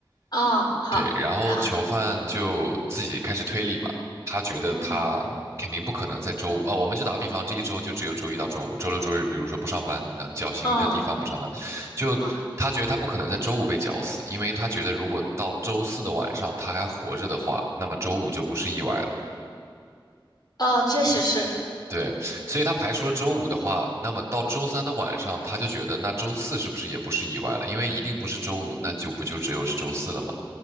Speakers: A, on the left (about 50°); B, on the right (about 30°).
A: 嗯，好，
B: 对，然后囚犯就自己开始推理嘛，
A: 然后，
B: 他觉得他肯定不可能在周五，
A: 嗯，
B: 哦，我们就打比方，这一周就只有周一到周五，周六周日比如说不上班，那绞刑的地方不上班，
A: 嗯，
B: 就他觉得他不可能在周五被绞死，
A: 好，
B: 因为他觉得如果到周四的晚上他还活着的话，那么周五就不是意外了。
A: 哦，确实是，
B: 对，所以他排除了周五的话，那么到周三的晚上，他就觉得那周四是不是也不是意外了？因为一定不是周五，那就不就只有是周四了吗？